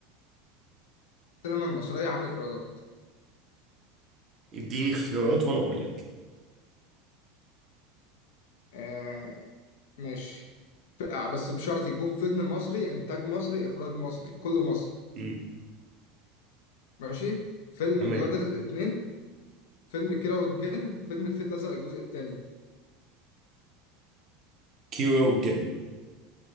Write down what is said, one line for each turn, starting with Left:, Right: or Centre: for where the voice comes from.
Left: السينما المصرية عامل إيرادات؟
Right: اديني اختيارات وانا اقول لك
Left: آه، ماشي ف- آه، بس بشرط يكون فيلم مصري انتاج مصري اخراج مصري كله مصري
Right: امم
Left: ماشي فيلم
Right: تمام
Left: ولاد رزق اتنين فيلم كيرة والجن فيلم الفيل الازرق الجزء التاني
Right: كيرة والجن